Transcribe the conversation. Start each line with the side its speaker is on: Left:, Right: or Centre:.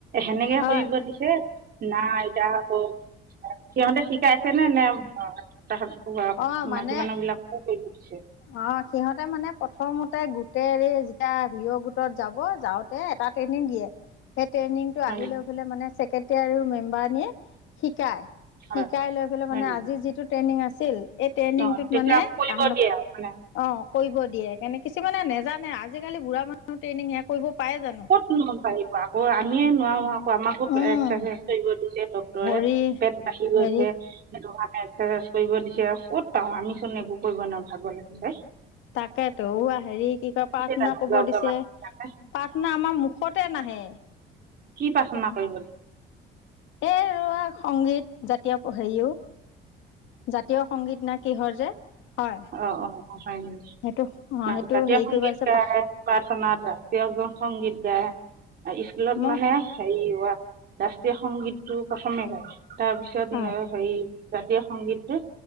Right: সেনেকে
Left: হয়
Right: কৰিব দিছে নাই এতিয়া আকৌ সিহঁতে শিকাইছেনে নে <unintelligible>
Left: অ মানে
Right: মাইকী মানুহ বিলাককো কৰিব দিছে
Left: অ সিহঁতে মানে প্ৰথমতে গোটেইৰে যেতিয়া ভিঅ গোটত যাব যাওঁতে এটা ট্ৰেইনিং দিয়ে সেই ট্ৰেইনিংটো
Right: হয়
Left: আহিলে
Right: নেকি
Left: বোলে মানে চেক্ৰেটাৰী আৰু মেম্বাৰনিয়ে শিকাই
Right: হয়
Left: শিকাই লৈ পেলাই
Right: হয়
Left: মানে
Right: নেকি
Left: আজি যিটো ট্ৰেইনিং আছিল এই ট্ৰেইনিংটোত
Right: অ তেতিয়া
Left: মানে
Right: কৰিব
Left: তাহা
Right: দিয়ে আৰু মানে
Left: অ কৰিব দিয়ে কেনে কিছুমানে নেজানে আজিকালি বুঢ়া মানুহ ট্ৰেইনিং সেয়া কৰিব পাৰে জানো
Right: কতনো পাৰিব আকৌ আমিয়ে নোৱাৰো আও আমাকো
Left: উম
Right: এক্সাৰচাইজ কৰিব দিছে ডক্তৰে
Left: ভৰি
Right: পেট বাঢ়ি গৈছে
Left: হেৰি
Right: সেটোকাণে একচেচাইজ কৰিব দিছে ক'ত পাওঁ আমি চোন একো কৰিব নোৱাৰো ভাগৰ লাগি যাই
Left: তাকেটো হেৰি কি কয় প্ৰাৰ্থনা
Right: জানো
Left: কইব
Right: বুঢ়া বুঢ়া
Left: দিছে
Right: মানুহ বিলাকে
Left: পাৰ্থ থনা আমাৰ মুখতে নাহে
Right: কি প্ৰাৰ্থনা কৰিবলে
Left: এ ৰ সংগীত জাতীয় হেৰিও জাতীয় সংগীত না কিহৰ যে হয়
Right: অ অ অ হয় নিকি
Left: সেইটো অঁ
Right: না
Left: সেইটো
Right: জাতীয়
Left: হেৰি
Right: সংগীত
Left: কৰিব আছে
Right: গাই
Left: পা
Right: প্ৰাৰ্থনাত ৰাষ্ট্ৰীয় সংগীত গায় স্কুলত
Left: মোৰ
Right: মানে হেৰি অ আ ৰাষ্ট্ৰীয় সংগীতটো প্ৰথমে গায় তাৰপিছত
Left: হয়
Right: হেৰি জাতীয় সংগীত